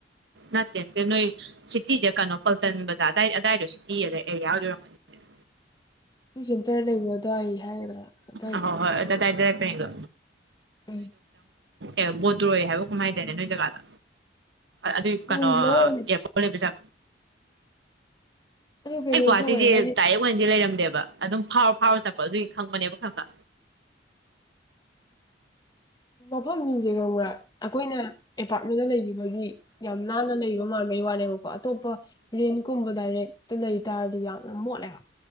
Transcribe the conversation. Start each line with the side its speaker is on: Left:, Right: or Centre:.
Right: ꯅꯠꯇꯅ ꯁꯤꯇꯤꯁꯦ ꯀꯩꯅꯣ ꯄꯜꯇꯟ ꯕꯖꯥꯔ ꯑꯗꯨꯗꯥꯏ ꯑꯗꯥꯏꯗꯣ ꯁꯤꯇꯤ ꯑꯗ ꯑꯦꯔꯤꯌꯥ ꯑꯣꯏꯗꯣꯏꯔꯝꯃꯅꯤꯅꯦ
Left: ꯁꯦꯟꯇꯔ ꯂꯩꯕ ꯑꯗꯨꯋꯥꯏ ꯍꯥꯏꯒꯗ꯭ꯔꯥ ꯑꯗꯨꯋꯥꯏꯗ
Right: ꯑꯍꯣꯏ ꯍꯣꯏ ꯑꯗ ꯑꯗꯥꯏ ꯑꯗꯥꯏ ꯄꯔꯦꯡꯗꯣ
Left: ꯎꯝ
Right: ꯑꯦ ꯕꯣꯇ꯭ꯔꯣꯏ ꯍꯥꯏꯕ ꯀꯨꯝꯍꯥꯏꯗꯅꯦ ꯅꯣꯏ ꯖꯒꯥꯗ ꯑꯗꯨꯏ ꯀꯩꯅꯣ
Left: ꯑꯣꯏ
Right: ꯑꯦꯔꯄꯣꯔꯠ
Left: ꯂꯋꯥꯏꯅꯤ
Right: ꯂꯩꯕꯖꯥ
Left: ꯑꯗꯨ ꯀꯩꯅꯣꯁꯨ
Right: ꯑꯩ ꯒꯨꯍꯥ
Left: ꯑꯣꯏ ꯍꯥꯏꯗꯤ
Right: ꯇꯥꯌꯦꯒꯟꯗꯤ ꯂꯩꯔꯝ ꯦꯕ ꯑꯗꯨꯝ ꯐꯥꯎꯔ ꯐꯥꯎꯔ ꯆꯠꯄ ꯑꯗꯨꯒꯤ ꯈꯪꯕꯅꯦꯕ ꯈ ꯈ
Left: ꯃꯐꯝꯁꯤꯡꯁꯦ ꯈꯪꯕ꯭ꯔꯥ ꯑꯩꯈꯣꯏꯅ ꯑꯦꯄꯥꯔꯠꯃꯦꯟꯗ ꯂꯩꯈꯤꯕꯒꯤ ꯌꯥꯝ ꯅꯥꯟꯅ ꯂꯩꯕ ꯃꯥꯟꯕꯩ ꯋꯥꯅꯦꯕꯀꯣ ꯑꯇꯣꯞꯄ ꯔꯤꯟ ꯀꯨꯝꯕ ꯗꯥꯏꯔꯦꯛꯇ ꯂꯩꯩ ꯇꯥꯔꯗꯤ ꯌꯥꯝꯅ ꯃꯣꯠꯂꯦꯕ